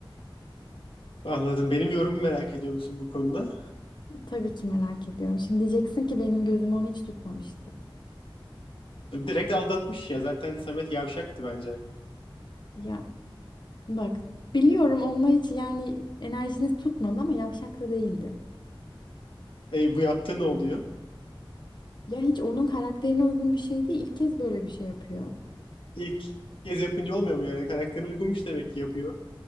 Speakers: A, on the left; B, on the left.
A: Anladım. Benim yorumumu merak ediyor musun bu konuda?
B: Tabii ki merak ediyorum. Şimdi diyeceksin ki benim gözüm onu hiç tutmamıştı.
A: Direkt aldatmış ya. Zaten Samet yavşaktı bence.
B: Ya bak biliyorum onunla hiç yani enerjiniz tutmadı ama yavşak da değildi.
A: E, bu yaptığı ne oluyor?
B: Ya hiç onun karakterine uygun bir şey değil. İlk kez böyle bir şey yapıyor.
A: İlk kez yapınca olmuyor mu yani? Karakterine uygunmuş demek ki yapıyor.